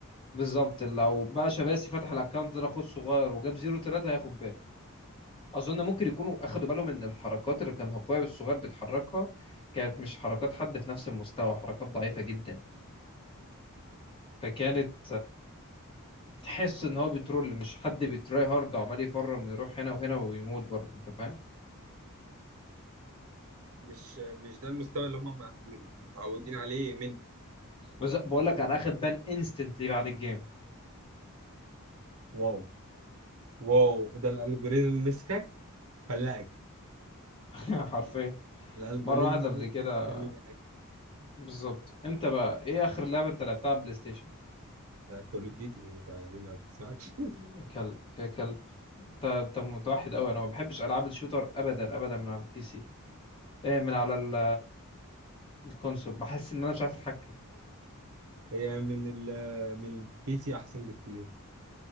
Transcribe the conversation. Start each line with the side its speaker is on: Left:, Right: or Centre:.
Left: بالظبط لو بقى شباسي فتح الاكونت ده اخوه الصغير وجاب 0 3 هياخد بان اظن ممكن يكونوا اخدوا بالهم ان الحركات اللي كان اخويا الصغير بيتحركها كانت مش حركات حد في نفس المستوى حركات ضعيفة جدا فكانت تحس ان هو بيترول مش حد بيتراي هارد وعمال يفرم يروح هنا وهنا ويموت برضه انت فاهم
Right: مش مش ده المستوى اللي هم مع- متعودين عليه من
Left: بس بقول لك انا اخد بان انستنتلي بعد الجيم
Right: واو واو ده الالجوريزم مسكك فلقك
Left: <laughs> حرفيا
Right: الالجوريزم
Left: مره واحده قبل
Right: مسكك
Left: كده
Right: فلقك
Left: بالظبط انت بقى ايه اخر لعبه انت لعبتها على البلاي ستيشن
Right: كول اوف ديوتي انت ليه ما بتسمعش <laughs>
Left: يا كلب يا كلب انت انت متوحد قوي انا ما بحبش العاب الشوتر ابدا ابدا من على البي سي ايه من على ال- الكونسول بحس ان انا مش عارف اتحكم
Right: هي من ال من البي سي احسن بكتير